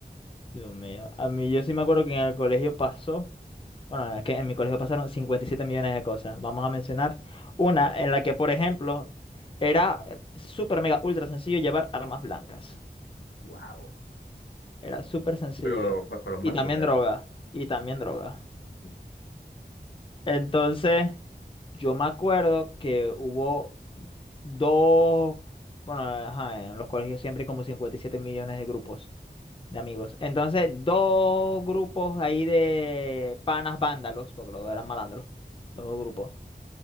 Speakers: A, on the left; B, on the left.
A: Dios mío, a mí yo sí me acuerdo que en el colegio pasó. Bueno, es que en mi colegio pasaron 57 millones de cosas. Vamos a mencionar una en la que, por ejemplo, era súper mega ultra sencillo llevar armas blancas.
B: Wow.
A: Era súper sencillo.
B: Pero para los mangos,
A: Y también
B: ¿verdad?
A: droga. Y también droga.
B: Ujú.
A: Entonces, yo me acuerdo que hubo dos, bueno, ajá, en los colegios siempre hay como 57 millones de grupos de amigos. Entonces, dos grupos ahí de panas vándalos, porque los dos eran malandros, los
B: Mm,
A: dos grupos.